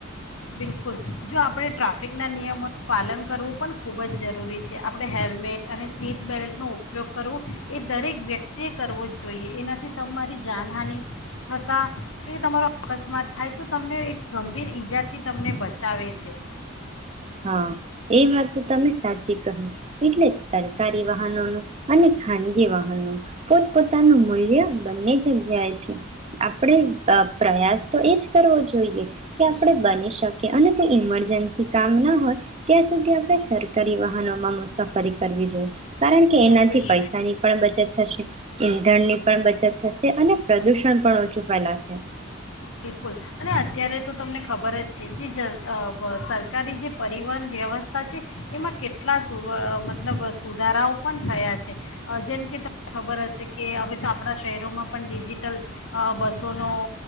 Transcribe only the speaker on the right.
હા એ વાત તો તમે સાચી કહી એટલે જ સરકારી વાહનોનું અને ખાન વાહનો એ પોતપતાનું મુ એ આ બંને <unintelligible> જાય છે આપડે અ પ્રયાસ તો એજ કરવો જોઈએ કે આપણે બની શકીએ અને કોઈ ઇમરજન્સી કામ ના હોય ત્યાં સુધી આપણે સરકારી વાહનોમા ફરી કરવી જોઈએ. કારણ કે એનાથી
પૈસાની પણ બચત થશે. ધનની પણ બચત થશે અને પ્રદૂષણ પણ ઓછું ફેલાશે.